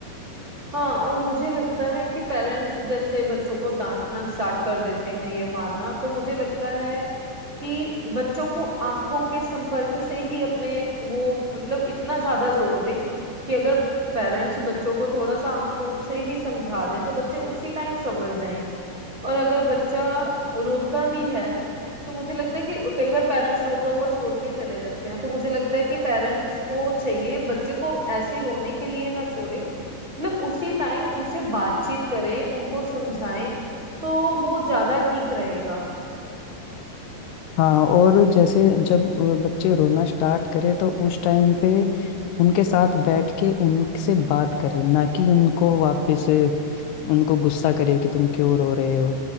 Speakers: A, on the right (about 80°); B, on the left (about 80°).
A: हाँ और मुझे लगता है कि पेरेंट्स जैसे बच्चों को डांटना स्टार्ट कर देते हैं ये मारना तो मुझे लगता है कि बच्चों को आंखों के संपर्क से ही अपने वो मतलब इतना ज्यादा जोड़ दें कि अगर पेरेंट्स बच्चों को थोड़ा सा आंखों से ही समझा दें तो बच्चे उसी टाइम समझ जाएं और अगर बच्चा रोता भी है तो मुझे लगता है कि कई बार पेरेंट्स रोता हुआ छोड़ के चले जाते हैं तो मुझे लगता है कि पेरेंट्स को चाहिए बच्चे को ऐसे ही रोने के लिए ना छोड़े मतलब उसी टाइम उनसे बातचीत करें उनको समझाएं तो वो ज्यादा ठीक रहेगा
B: हाँ और जैसे जब अ, बच्चे रोना स्टार्ट करें तो उस टाइम पे उनके साथ बैठ के उनसे बात करें ना कि उनको वापस अ, उनको गुस्सा करे कि तुम क्यों रो रहे हो